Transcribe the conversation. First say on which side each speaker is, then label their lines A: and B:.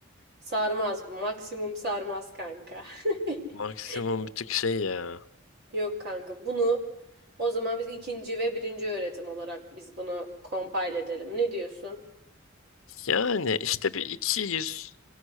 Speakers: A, on the right (about 50°); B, on the left (about 85°).
A: Sarmaz. Maksimum sarmaz kanka. <laughs>
B: Maksimum bir tık şey ya.
A: Yok kanka. Bunu o zaman biz ikinci ve birinci öğretim olarak biz bunu compile edelim. Ne diyorsun?
B: Yani işte bir iki iki yüz